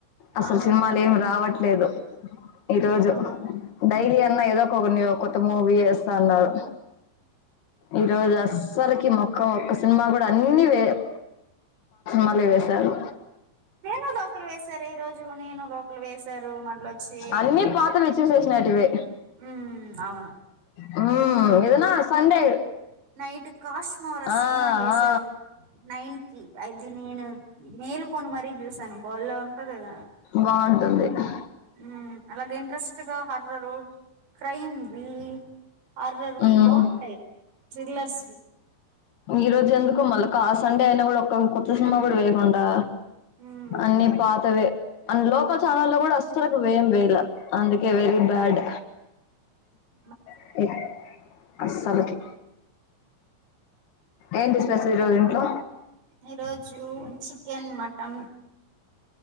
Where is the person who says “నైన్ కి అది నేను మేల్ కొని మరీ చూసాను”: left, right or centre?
Right